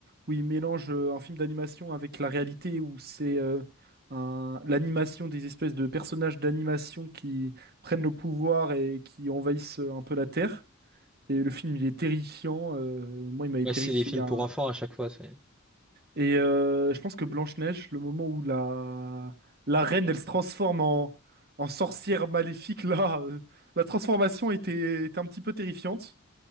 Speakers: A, on the right; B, in the centre.
A: où il mélange euh, un film d'animation avec la réalité, où c'est euh, un- l'animation des espèces de personnages d'animation qui prennent le pouvoir et qui envahissent euh, un peu la Terre. Et le film, il est terrifiant. euh, moi, il m'avait
B: Ouais,
A: terrifié.
B: c'est les films
A: Il y a
B: pour
A: un-
B: enfants à chaque fois. c'est-
A: Et euh, je pense que Blanche-Neige, le moment où la... la reine, elle se transforme en, en sorcière maléfique, là, euh, la transformation était... était un petit peu terrifiante.